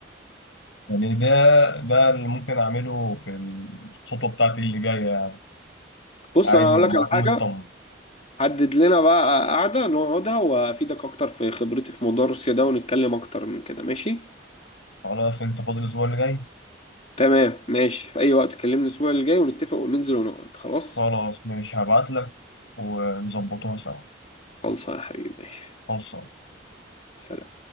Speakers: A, on the left; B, on the left.
A: يعني ده ده اللي ممكن اعمله في الخطوه بتاعتي اللي جايه يعني
B: بص
A: عادي
B: انا هقول
A: لما
B: لك على
A: اكون
B: حاجه
A: مطمن
B: حدد لنا بقى قعدة نقعدها وأفيدك أكتر في خبرتي في موضوع روسيا ده ونتكلم أكتر من كده ماشي؟
A: خلاص انت فاضل الاسبوع اللي جاي
B: تمام ماشي في أي وقت كلمني الأسبوع اللي جاي ونتفق وننزل ونقعد خلاص؟
A: خلاص ماشي هبعت لك ونظبطوها سوا
B: خلص يا حبيبي ماشي
A: خلصان
B: سلام